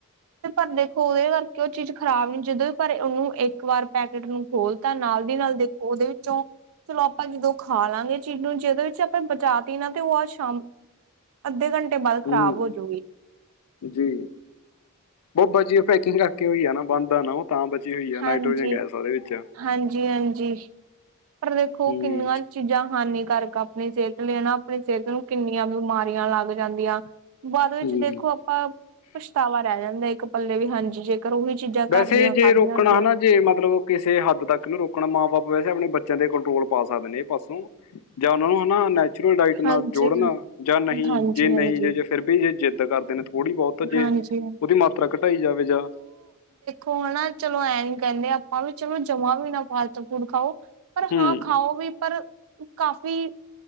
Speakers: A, on the right (about 65°); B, on the left (about 85°).
A: ਤੇ ਪਰ ਦੇਖੋ ਉਹਦੇ ਕਰਕੇ ਉਹ ਚੀਜ਼ ਖ਼ਰਾਬ ਨੀਂ ਜਦੋਂ ਵੀ ਪਰ ਉਹਨੂੰ ਇੱਕ ਵਾਰ ਪੈਕੇਟ ਨੂੰ ਖੋਲ ਤਾਂ ਨਾਲ ਦੀ ਨਾਲ ਦੇਖੋ। ਉਹਦੇ ਵਿੱਚੋਂ। ਚਲੋ ਆਪਾਂ ਜਦੋਂ ਖਾ ਲਾਂਗੇ ਚੀਜ਼ ਨੂੰ ਜੇ ਉਹਦੇ ਵਿੱਚੋਂ ਆਪਾਂ ਬਚਾਤੀ ਨਾ ਤੇ ਉਹ ਆਹ ਸ਼ਾਮ। ਅੱਧੇ ਘੰਟੇ ਬਾਅਦ ਖ਼ਰਾਬ
B: ਹੂੰ
A: ਹੋਜੂਗੀ।
B: ਜੀ। ਉਹ ਬਚੀ ਹੋਈ ਪੈਕਿੰਗ ਰੱਖ ਕੇ ਉਹੀਂ ਹੈ ਨਾ ਬੰਦ ਨਾ ਉਹ। ਤਾਂ ਬਚੀ ਹੋਈ ਆ
A: ਹਾਂਜੀ
B: ਨਾਈਟ੍ਰੋਜਨ ਗੈਸ ਉਹਦੇ ਵਿੱਚ।
A: ਹਾਂਜੀ ਹਾਂਜੀ ਪਰ ਦੇਖੋ
B: ਹਮ
A: ਕਿੰਨੀਆਂ ਚੀਜ਼ਾਂ ਹਾਨੀਕਾਰਕ। ਨੇ ਆਪਣੀ ਸਿਹਤ ਲਈ ਹਨਾ ਆਪਣੀ ਸਿਹਤ ਨੂੰ ਕਿੰਨੀਆਂ ਬਿਮਾਰੀਆਂ ਲੱਗ ਜਾਂਦੀਆਂ। ਬਾਅਦ ਵਿੱਚ
B: ਹਮ
A: ਦੇਖੋ ਆਪਾਂ ਪਛਤਾਵਾ ਰਹਿ ਜਾਂਦਾ ਇੱਕ ਪੱਲੇ ਵੀ ਹਾਂਜੀ ਜੇਕਰ ਉਹੀ ਚੀਜ਼ਾਂ।
B: ਵੈਸੇ
A: ਘਰ ਦੀਆਂ
B: ਜੇ
A: ਖਾਧੀਆਂ
B: ਰੋਕਣਾ
A: ਹੁੰਦੀਆਂ
B: ਹਨਾ ਜੇ ਮਤਲਬ। ਕਿਸੇ ਹੱਦ ਤੱਕ ਇਹਨੂੰ ਰੋਕਣਾ ਮਾਂ ਬਾਪ ਵੈਸੇ ਆਪਣੇ ਬੱਚਿਆਂ ਦੇ ਕੰਟਰੋਲ ਪਾ ਸਕਦੇ ਨੇ ਇਹ ਪਾਸੋਂ। ਜਾਂ ਉਹਨਾ ਨੂੰ ਹਨਾ ਨੈਚੁਰਲ ਡਾਇਟ ਨਾਲ
A: ਹਾਂਜੀ
B: ਜੋੜਨਾ ਜਾਂ ਨਹੀਂ
A: ਹਾਂਜੀ
B: ਜੇ ਨਹੀਂ
A: ਹਾਂਜੀ
B: ਜੇ ਜੇ। ਫਿਰ ਵੀ ਜੇ ਜਿੱਦ ਕਰਦੇ ਨੇ ਥੋੜ੍ਹੀ ਬਹੁਤ ਜੇ
A: ਹਾਂਜੀ
B: ਉਹਦੀ ਮਾਤਰਾ ਘਟਾਈ ਜਾਵੇ ਜਾਂ।
A: ਓ ਨਾ ਚਲੋ ਐਂ ਨ ਕਹਿੰਦੇ ਆਪਾਂ ਵੀ ਚਲੋ ਜਮਾ ਵੀ ਨਾ ਫਾਸਟ ਫੂਡ ਖਾਓ ਪਰ
B: ਹਮ
A: ਹਾਂ ਖਾਓ ਵੀ ਪਰ ਕਾਫ਼ੀ